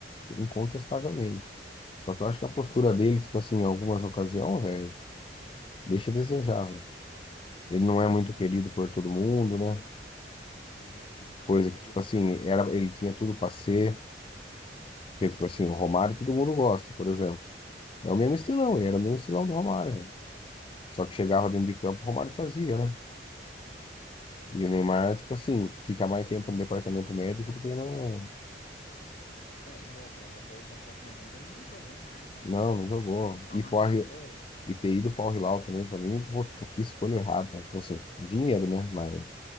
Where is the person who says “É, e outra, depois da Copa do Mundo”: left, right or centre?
Left